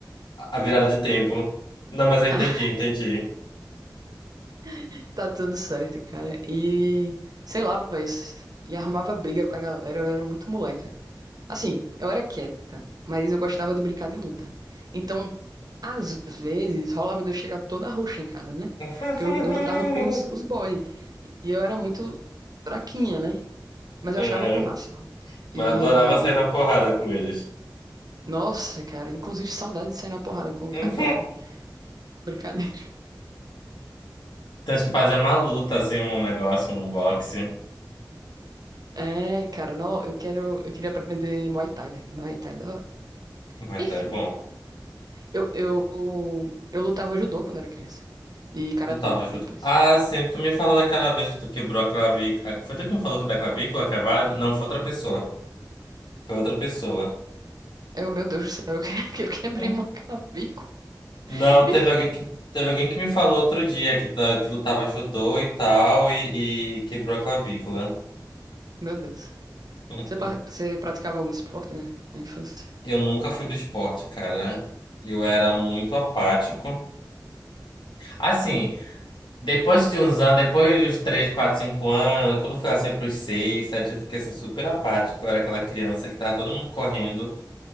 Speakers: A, on the left (about 85°); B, on the right (about 55°).
A: a virada de tempo. Não, mas eu
B: Ah,
A: entendi, entendi.
B: <laughs> tá tudo certo, cara. E sei lá, velho. E arrumava briga com a galera, eu era muito moleca. Assim, eu era quieta, mas eu gostava de brincar de luta. Então, às vezes, rolava de eu chegar toda roxa em casa, né?
A: <laughs>
B: Porque eu, eu lutava com os, os boys. E eu era muito fraquinha, né? Mas
A: Uhum.
B: eu achava o máximo. E.
A: Mas eu adorava sair na porrada com eles.
B: Nossa, cara, inclusive saudade de sair na porrada com
A: <laughs>
B: aquela já. Brincadeira.
A: tem que fazer uma luta, assim, um negócio, um boxe.
B: É, cara, não, eu quero. Eu queria aprender Muay Thai, velho. Muay Thai é da hora.
A: Mas
B: Enfim,
A: tá é bom.
B: eu, eu, eu lutava judô quando era criança. E karatê
A: Tu tava junto.
B: depois.
A: Ah, sim, tu me falou daquela vez que tu quebrou a clavícula. ah, Foi tu que me falou da clavícula quebrada? Não, foi outra pessoa. Foi outra pessoa.
B: Aí eu, meu Deus do céu, eu, que- <laughs> eu quebrei
A: Hum.
B: uma clavícula.
A: Não,
B: Enfim,
A: teve alguém que, teve alguém que me falou outro dia que, tá, que lutava judô e tal e, e quebrou a clavícula.
B: meu Deus.
A: Hum.
B: Você, pa- você praticava algum esporte na, na infância?
A: Eu nunca fui do esporte, cara. Eu era muito apático. Assim, depois de uns anos, depois dos 3 4 5 anos, quando foi assim pros 6 7 eu fiquei assim, super apático. Eu era aquela criança que tava todo mundo correndo.